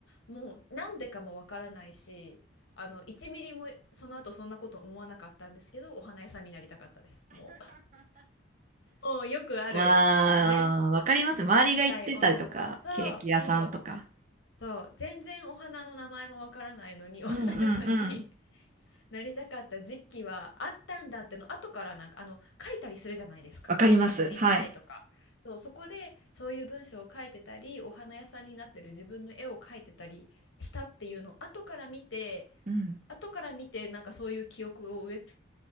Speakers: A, on the left (about 65°); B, on the right (about 40°).
A: もうなんでかもわからないし、あの、1ミリもその後そんなこと思わなかったんですけど、お花屋さんになりたかったです。もう、もうよくある、
B: ああ、
A: ね。
B: わかります。周りが行ってたりとか、
A: 小さい女の子。そう、
B: ケーキ屋さんとか。
A: そう。そう全然お花の名前もわからないのに <laughs> お花屋さんに
B: うんうんうん。
A: <laughs> なりたかった時期はあったんだっての後からなんかあの書いたりするじゃないですか何になりたいとかそうそこでそういう文章を書いてたりお花屋さんになってる自分の絵を描いてたりしたっていうのを後から見て
B: わかります。はい。うん。
A: 後から見てなんかそういう記憶を植え付